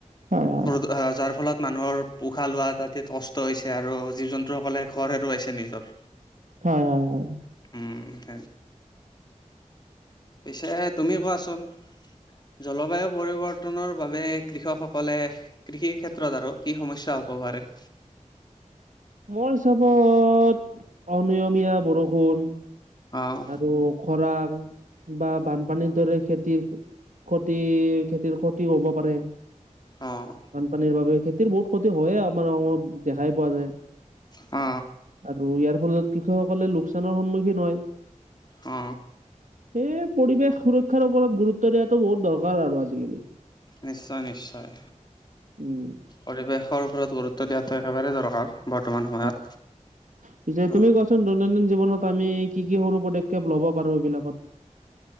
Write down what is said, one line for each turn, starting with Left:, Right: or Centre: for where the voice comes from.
Right: হয় হয়
Left: ব যাৰ ফলত মানুহৰ উোশাহ লোৱা তাতে কষ্ট হৈছে আৰু জীৱ জন্তুসকলে ঘৰ হেৰুৱাইছে নিজৰ
Right: হয় হয় হয়
Left: উম স পিছে তুমি কোৱাচোন জলবায়ু পৰিৱৰ্তনৰ বাবে কৃষকসকলে কৃষিৰ ক্ষেত্ৰত আৰু কি সমস্যা হ'ব পাৰে
Right: মোৰ হিচাপত অনিয়মীয়া বৰষুণ
Left: অ',
Right: আৰু খৰাং বা বানপানীৰ দৰে খেতিৰ ক্ষতিৰ খেতিৰ ক্ষতিও হ'ব পাৰে।
Left: অ',
Right: বানপানীৰ বাবে খেতিৰ বহুত ক্ষতি হয়ে আমাৰ অসমত দেখাই পোৱা যায়।
Left: অ
Right: আৰু ইয়াৰ ফলত কৃষকসকলে লোকচানৰ সন্মুখীন হয়।
Left: অ
Right: এ পৰিৱেশ সুৰক্ষাৰ ওপৰত গুৰুত্ব দিয়াটো বহুত দৰকাৰ আৰু আজি-কালি।
Left: নিশ্চয় নিশ্চয়
Right: উম
Left: পৰিৱেশৰ ওপৰত গুৰুত্ব দিয়াটো একেবাৰে দৰকাৰ। বৰ্তমান সময়ত।
Right: হয় পিছে
Left: অ',
Right: তুমি কোৱাচো চোন দৈনন্দিন জীৱনত আমি কি কি সৰু পদক্ষেপ লব পাৰো এইবিলাকত